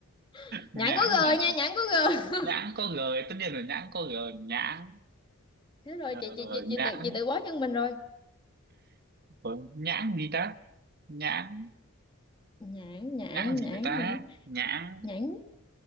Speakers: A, on the left; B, on the right.
A: <laughs>
B: nhãng
A: nhãn có g
B: à?
A: nha nhãn có g
B: nhãn có g tất nhiên là nhãn có g nhãn
A: chết rồi
B: ờ,
A: chị chị chị chị
B: nhãn
A: tự chị tự bó chân mình rồi
B: của nhãn gì ta nhãn
A: nhãn nhãn
B: nhãn gì
A: nhãn
B: được ta
A: nhãn
B: nhãn
A: nhãn